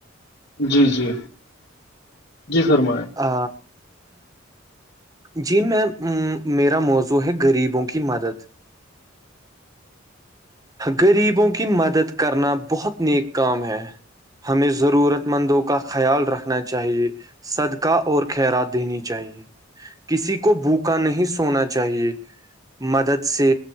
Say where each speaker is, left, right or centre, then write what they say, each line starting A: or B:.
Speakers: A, on the left; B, on the right.
A: جی جی جی فرمائیں
B: آ جی میں میرا موضوع ہے غریبوں کی مدد غریبوں کی مدد کرنا بہت نیک کام ہے ہمیں ضرورت مندوں کا خیال رکھنا چاہیے صدقہ اور خیرات دینی چاہیے کسی کو بھوکا نہیں سونا چاہیے مدد سے